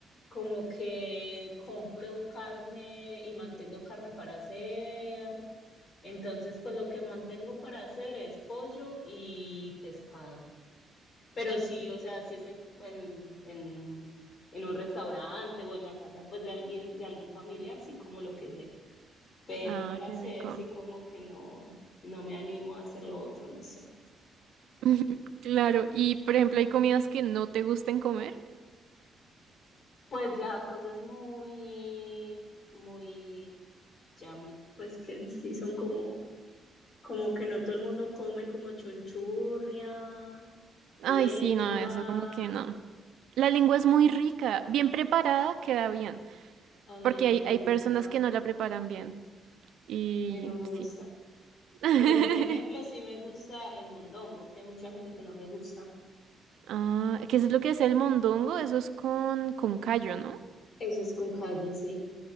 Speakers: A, on the left (about 55°); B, on the right (about 75°).
A: como que compro carne y mantengo carne para hacer. Entonces, pues lo que mantengo para hacer es pollo y pescado. Pero sí, o sea, si es en, en, en en un restaurante o en la casa, pues de alguien, de algún familiar, sí como lo que sea pero
B: Ah,
A: para
B: qué
A: hacer
B: rico.
A: sí como que no, no me animo a hacer lo otro, no sé.
B: <laughs> Claro, y por ejemplo, hay comidas que no te gusten comer.
A: Pues ya cosas muy, muy, ya muy, pues que sí son como, como que no todo el mundo come como chunchurria,
B: Ay,
A: lengua,
B: sí, no, eso como que no. La lengua es muy rica, bien preparada queda bien,
A: a mí
B: porque
A: no
B: hay,
A: me
B: hay
A: gusta,
B: personas que
A: a
B: no la preparan bien. Y
A: mí no me gusta.
B: sí. <laughs>
A: Pero por ejemplo, sí me gusta el mondongo, que hay mucha gente que no le gusta.
B: Ah, ¿qué es lo que hace el mondongo? Eso es con, con callo, ¿no?
A: Eso es con callo, sí.